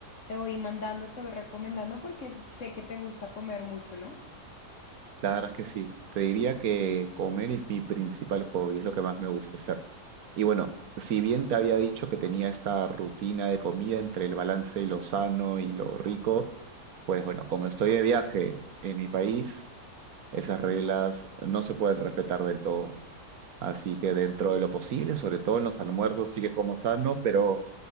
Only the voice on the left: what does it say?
te voy mandando, te voy recomendando porque sé que te gusta comer mucho, ¿no?